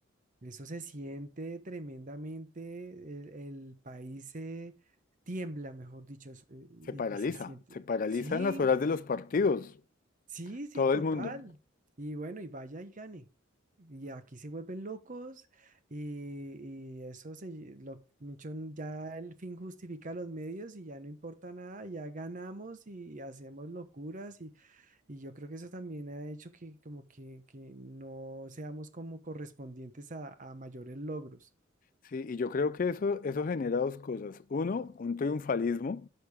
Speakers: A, on the right; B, on the left.
A: Eso se siente tremendamente, el, el país se tiembla, mejor dicho, es- eh, y,
B: Se paraliza,
A: y se siente.
B: se paraliza
A: Sí,
B: en las horas de los partidos,
A: sí, sí,
B: todo
A: total.
B: el mundo.
A: Y bueno, y vaya y gane. Y aquí se vuelven locos y, y eso se, lle- lo, mucho- ya el fin justifica los medios y ya no importa nada, ya ganamos y, hacemos locuras y, y yo creo que eso también ha hecho que como que, que no seamos como correspondientes a a mayores logros.
B: Sí, y yo creo que eso, eso genera dos cosas. Uno, un triunfalismo